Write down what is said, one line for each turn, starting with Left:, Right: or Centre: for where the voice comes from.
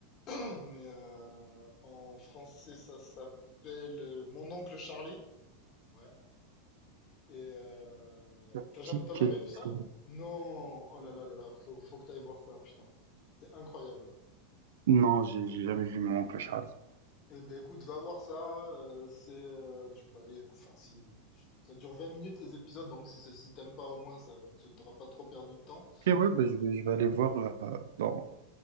Left: mais euh, en français ça s'appelle euh, Mon oncle Charlie. Ouais. Et euh,
Right: Ça
Left: t'as jamais
Right: dit
Left: t'as
Right: quelque
Left: jamais vu ça?
Right: chose.
Left: Non. Oh là là là là, faut faut que t'ailles voir ça, putain. C'est incroyable.
Right: Non, j'ai j'ai jamais vu mon oncle Charlie.
Left: Eh ben écoute, va voir ça. euh, c'est, euh, tu vois, écou- enfin si ça dure 20 minutes les épisodes, donc si c'est- si t'aimes pas au moins, ça, tu t'auras pas trop perdu de temps.
Right: Ok, ouais, bah, je vais, je vais aller voir là, dans,